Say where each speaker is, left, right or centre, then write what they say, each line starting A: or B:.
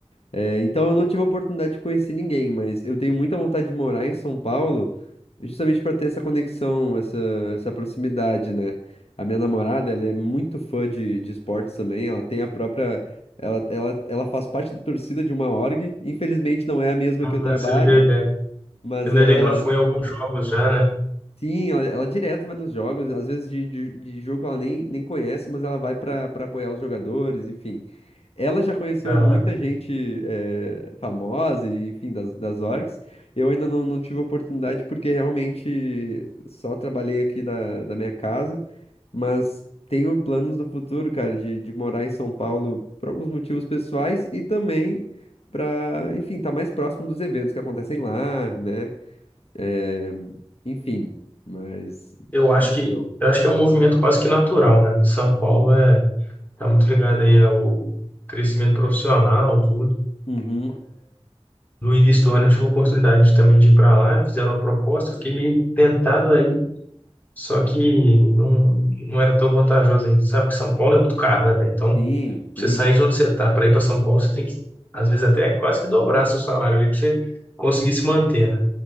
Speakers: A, on the left; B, on the left.
A: É, então eu não tive a oportunidade de conhecer ninguém, mas eu tenho muita vontade de morar em São Paulo, justamente para ter essa conexão, essa, essa proximidade, né? A minha namorada, ela é muito fã de, de esportes também, ela tem a própria. Ela, ela, ela faz parte da torcida de uma org, infelizmente não é a mesma
B: Ah,
A: que eu trabalho,
B: você me deu ideia.
A: mas
B: Você me deu
A: ela.
B: ideia que ela foi em alguns jogos já, né?
A: Sim, ela, ela direto vai nos jogos, às vezes de, de, de jogo que ela nem, nem conhece, mas ela vai para apoiar os jogadores, enfim. Ela já conheceu
B: Da
A: muita
B: hora.
A: gente eh, famosa, e, enfim, das, das orgs. Eu ainda não, não tive oportunidade porque realmente só trabalhei aqui da, da minha casa. Mas tenho planos no futuro, cara, de, de morar em São Paulo por alguns motivos pessoais e também para, enfim, estar mais próximo dos eventos que acontecem lá, né? Eh, enfim, mas.
B: Eu acho
A: ainda
B: que,
A: Não.
B: eu acho que é um movimento quase que natural, né? São Paulo é Tá muito ligado aí ao crescimento profissional, tudo.
A: Uhum,
B: No início do ano eu tive a oportunidade de- também de ir para lá, me fizeram uma proposta, eu fiquei meio tentado aí, só que não, não era tão vantajoso ainda. Sabe que São Paulo é muito caro, né, velho? Então,
A: sim,
B: você
A: sim.
B: sair de onde você tá para ir para São Paulo, você tem que, às vezes, até quase que dobrar seu salário ali para você conseguir se manter, né?